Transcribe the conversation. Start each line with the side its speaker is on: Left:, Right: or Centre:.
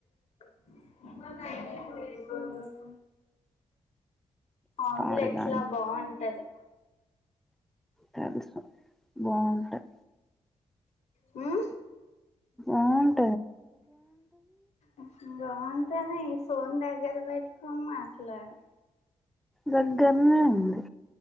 Left: మ ఆమ్లెట్లా
Centre: పాడుగాని
Left: బాగుంటది
Centre: తెలుసు బాగుంటాయి.
Left: హ్
Centre: ఆన్
Left: ఉహు బాగుంటంది ఫోన్ దగ్గర పెట్టుకోని మాట్లాడు
Centre: దగ్గరనే ఉంది